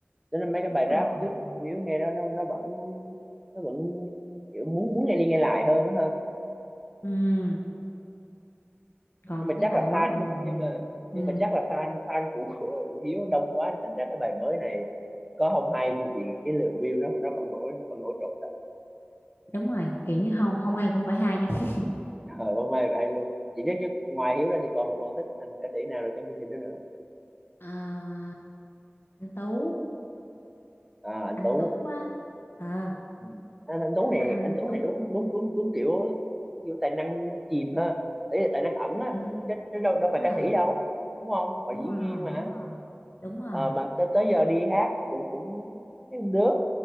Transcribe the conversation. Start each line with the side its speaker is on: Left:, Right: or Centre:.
Centre: nên là mấy cái
Left: đúng
Centre: bài
Left: rồi.
Centre: rap trước của Hiếu nghe nó nó nó vẫn nó vẫn kiểu muốn muốn nghe đi nghe lại hơn á ha
Left: ừ còn
Centre: nhưng mà
Left: cái
Centre: chắc
Left: bài
Centre: là
Left: mới
Centre: fan
Left: này thì-
Centre: nhưng mà
Left: ừ
Centre: nhưng mà chắc là fan fan của của, của Hiếu đông quá thành ra cái bài mới này có không hay thì, thì cái lượng view nó nó vẫn nổi nó vẫn nổi trội thật
Left: đúng rồi kiểu như không không hay cũng phải hay <laughs>
Centre: ờ không hay vậy hay luôn chị chắc chứ ngoài Hiếu ra thì còn còn thích thành ca sĩ nào rồi trong chương trình đó nữa
Left: à, anh Tú
Centre: à anh
Left: anh
Centre: Tú
Left: Tú á à,
Centre: Ừ. anh anh Tuấn này
Left: anh, anh
Centre: anh Tuấn
Left: Tú
Centre: này đúng
Left: á
Centre: đúng đúng đúng kiểu kiểu tài năng chìm ha đấy là tài năng ẩn
Left: ừ,
Centre: á chứ, chứ đâu đâu
Left: đúng
Centre: phải
Left: rồi
Centre: ca sĩ đâu đúng không họ là
Left: đúng
Centre: diễn
Left: rồi
Centre: viên mà
Left: đúng rồi đúng rồi
Centre: Ờ, mà tới, tới giờ đi hát cũng cũng thấy cũng được